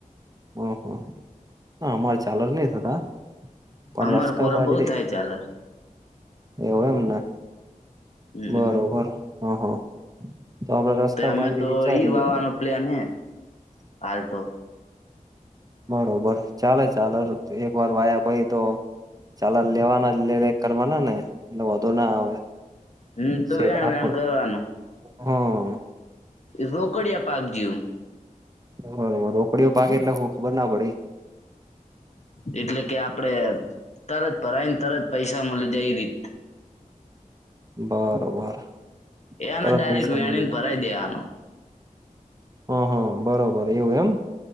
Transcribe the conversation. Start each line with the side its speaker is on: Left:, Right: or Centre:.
Right: હં હ હ અમારે ચાલ જ નહી થતા પણ
Left: અમાર
Right: રસકા
Left: કોરા
Right: બાજરી.
Left: બઉ થાય ચાલર
Right: એવું એમને.
Left: હમમ
Right: બરોબર હા હા તો આપડે રસ્કા
Left: અમે
Right: બાજરી
Left: તો
Right: વિચારીએે.
Left: ઈ વાવાનો પ્લેન હ હાલ તો.
Right: બરોબર ચાલે ચા એક વાર વાયા પાઈ તો ચાલ લેવાના લેરે કરવાના ને એટલે વાંધો ના આવે
Left: હમ તો
Right: સટ
Left: વેણ
Right: આખો
Left: વેણ કરવાનું
Right: હમ
Left: રોકડિયા પાકજીવ.
Right: બરોબર રોકડીઓ પાકેે એટલે હ ખબર ના પડી.
Left: એટલે કે આપડે તરત ભરાઈને તરત પૈસા મળ દે રી.
Right: બરોબર.
Left: એને
Right: તરત
Left: ડારેક
Right: પૈસા
Left: વેણીને
Right: મળી જાય
Left: ભરાઈ દેવાનો.
Right: હુ હુ બરોબર એવું એમ.